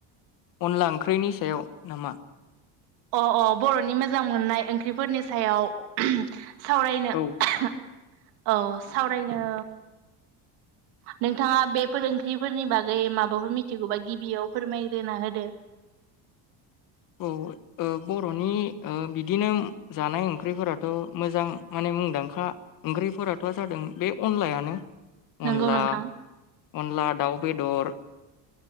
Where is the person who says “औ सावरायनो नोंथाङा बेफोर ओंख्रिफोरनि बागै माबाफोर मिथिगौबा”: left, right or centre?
Right